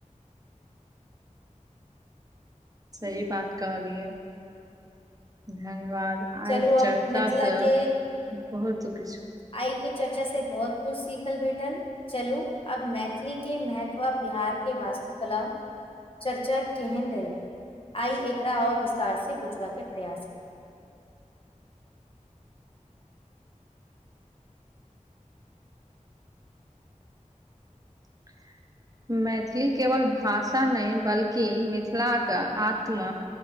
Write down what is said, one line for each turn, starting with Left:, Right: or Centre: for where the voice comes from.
Right: सही बात कहलियै धन्यवाद
Left: चलू
Right: आइ
Left: अब
Right: चर्चा
Left: मिथिला
Right: से
Left: के
Right: बहुत किछु
Left: आइ के चर्चा से बहुत कुछ सीखल भेटल चलू आब मैथिली के मेहत्व बिहारके वास्तुकला चर्चा केहन रहै आइ एकरा आओर विस्तार से बुझबा के प्रयास करी
Right: <inaudible> मैथिली केवल भाषा नहि बल्कि मिथिलाके आत्म